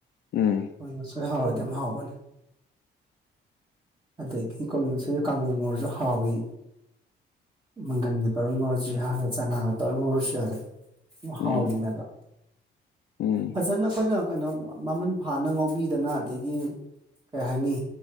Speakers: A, on the left; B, on the right.
A: ꯎꯝ
B: ꯀꯣꯕꯤ ꯃꯩꯁꯣꯏ ꯍꯥꯎꯔꯗꯤ ꯌꯥꯝ ꯍꯥꯎꯕꯅꯦ ꯑꯗꯒꯤ ꯀꯣꯕꯤ ꯃꯁꯣꯏ ꯀꯥꯡꯉꯧ ꯉꯧꯔꯖꯨ ꯍꯥꯎꯋꯤ ꯃꯪꯒꯟꯒ ꯇꯧꯔꯒ ꯉꯧꯔꯖꯨ ꯌꯥꯔꯦ ꯆꯅꯥꯒ ꯇꯧꯔꯒ ꯉꯧꯔꯖꯨ ꯌꯥꯔꯦ
A: ꯎꯝ
B: ꯍꯥꯎꯕꯅꯦꯕ
A: ꯎꯝ
B: ꯐꯖꯅ ꯑꯈꯣꯏꯅ ꯀꯩꯅꯣꯝ ꯃꯃꯨꯟ ꯐꯥꯅ ꯉꯥꯎꯕꯤꯗꯅ ꯑꯗꯒꯤ ꯀꯩ ꯍꯥꯏꯅꯤ